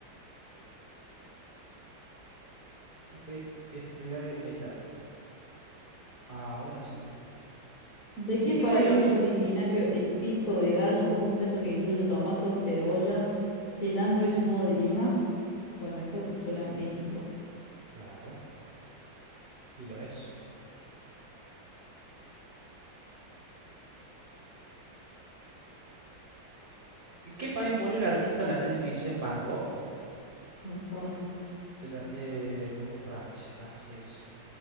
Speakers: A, on the right (about 60°); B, on the left (about 45°).
A: Ok, espera que... Ahí está. Ahora sí.
B: ¿De qué
A: ¿De qué
B: país
A: país origen
B: es originario el pico de gallo, un plato que incluye tomato, cebolla, cilantro y zumo de lima? Bueno, esto suena a México,
A: Claro, y lo es. ¿En qué país murió el artista holandés Vincent Van Gogh?
B: en Francia.
A: El ar- eh, bueno, en Francia, así es.